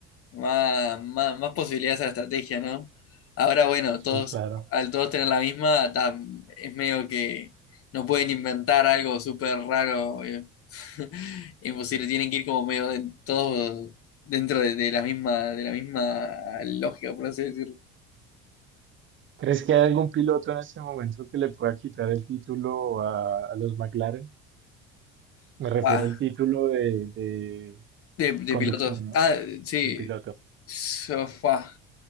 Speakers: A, on the left; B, on the right.
A: más, más, más posibilidades a la estrategia, ¿no? Ahora, bueno,
B: Sí,
A: todos,
B: claro.
A: al todos tener la misma, tam- es medio que no pueden inventar algo súper raro, eh, <laughs> imposible, tienen que ir como medio de- todos dentro de, de la misma, de la misma lógica, por así decirlo.
B: ¿Crees que hay algún piloto en este momento que le pueda quitar el título a, a los McLaren? Me refiero
A: Ah,
B: al título de, de
A: De, de
B: conductor,
A: pilotos.
B: ¿no?
A: Ah, sí.
B: De piloto.
A: Sofá.